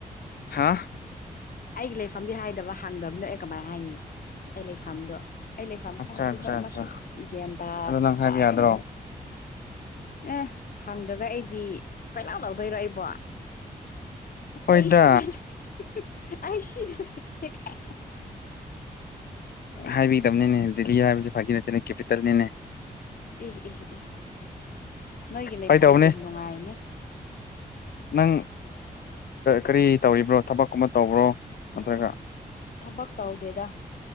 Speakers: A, on the left; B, on the left.
A: ꯍꯥꯥ
B: ꯑꯩꯒꯤ ꯂꯩꯐꯝꯗꯤ ꯍꯥꯏꯗꯕ ꯍꯥꯡꯗꯕꯅꯣ ꯑꯦ ꯀꯃꯥꯏꯅ ꯍꯥꯏꯅꯤꯤ ꯑꯩ ꯂꯩꯐꯝꯗꯣ ꯑꯩ ꯂꯩꯐꯝ
A: ꯑꯠꯆꯥ
B: ꯈꯥꯡꯗꯗꯤ
A: ꯑꯠꯆꯥ
B: ꯍꯣꯏ ꯑꯃꯁꯨ
A: ꯑꯠꯆꯥ
B: ꯒ꯭ꯌꯥꯟ ꯇꯥꯗꯤ
A: ꯑꯗꯣ ꯅꯪ ꯍꯥꯏꯕ
B: ꯇꯥꯒꯅꯤ
A: ꯌꯥꯗ꯭ꯔꯣ
B: ꯍꯣꯏ ꯑꯦ ꯍꯪꯗ꯭ꯔꯒ ꯑꯩꯗꯤ ꯀꯩꯂꯥꯎ ꯂꯧꯗꯣꯏꯔꯣꯏꯕ
A: ꯍꯣꯏꯗ
B: ꯑꯩ ꯁꯤꯗ ꯂꯩ ꯑꯩ ꯁꯤꯗ ꯂꯩ <unintelligible>
A: ꯍꯥꯏꯕꯤꯗꯕꯅꯤꯅꯦ ꯗꯦꯜꯂꯤ ꯍꯥꯏꯕꯁꯤꯦ ꯐꯗꯤ ꯅꯠꯇꯦꯅꯦ ꯀꯦꯄꯤꯇꯦꯜꯅꯤꯅꯦ
B: ꯏ ꯏ ꯏ ꯅꯣꯏꯒꯤ ꯂꯩꯐꯝꯗ
A: ꯐꯥꯒꯤ ꯇꯧꯕꯅꯦ
B: ꯑꯗꯨꯝ ꯅꯨꯡꯉꯥꯏꯅꯦ
A: ꯅꯪ ꯀꯔꯤ ꯇꯧꯔꯤꯕ꯭ꯔꯣ ꯊꯕꯛꯀꯨꯝꯕ ꯇꯧꯕ꯭ꯔꯣ ꯅꯠꯇ꯭ꯔꯒ
B: ꯊꯕꯛ ꯇꯧꯗꯦꯗ